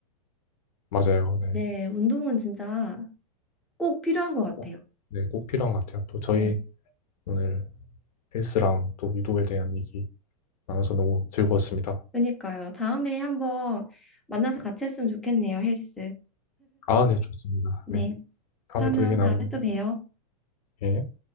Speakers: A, on the left; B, in the centre.
A: 맞아요. 네.
B: 네, 운동은 진짜 꼭 필요한 것 같아요.
A: 꼭, 네, 꼭 필요한 것 같아요. 또 저희
B: 네.
A: 오늘 헬스랑 또 유도에 대한 얘기 나눠서 너무 즐거웠습니다.
B: 그러니까요. 다음에 한번 만나서 같이 했으면 좋겠네요, 헬스.
A: 아, 네, 좋습니다.
B: 네.
A: 네. 다음에
B: 그러면
A: 또 얘기 나눠요.
B: 다음에 또 봬요.
A: 예.